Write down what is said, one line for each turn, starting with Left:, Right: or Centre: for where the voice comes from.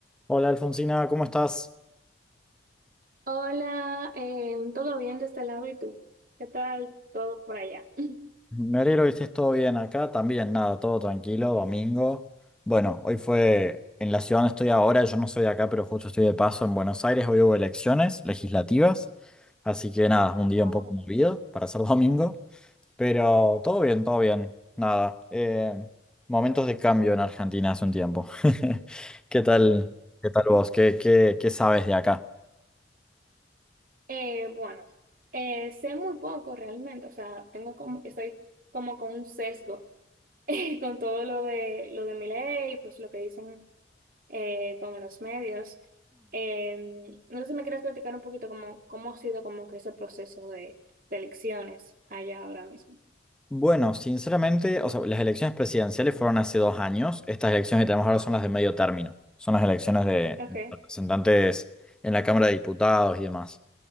Centre: Hola Alfonsina, ¿cómo estás?
Right: Hola, eh, ¿todo bien de este lado y tú? ¿Qué tal todo por allá? <clears throat>
Centre: Me alegro que estés todo bien acá, también nada, todo tranquilo, domingo. Bueno, hoy fue en la ciudad donde estoy ahora, yo no soy de acá, pero justo estoy de paso en Buenos Aires, hoy hubo elecciones legislativas, así que nada, un día
Right: Wow.
Centre: un poco movido para ser <laughs> domingo, pero todo bien, todo bien, nada. eh, momentos de cambio en Argentina hace un tiempo. <laughs> ¿Qué tal, qué tal vos? ¿Qué, qué, qué sabes de acá?
Right: Eh, bueno, eh, sé muy poco realmente, o sea, tengo como, estoy como con un sesgo <laughs> eh, con todo lo de lo de Milei, pues lo que dicen eh, como los medios. Eh, no sé si me quieres platicar un poquito cómo, cómo ha sido como que ese proceso de, de elecciones allá ahora mismo.
Centre: Bueno, sinceramente, o sea, las elecciones presidenciales fueron hace dos años. Estas elecciones que tenemos ahora son las de medio término. Son las elecciones de
Right: Okay,
Centre: representantes en la Cámara de Diputados y demás.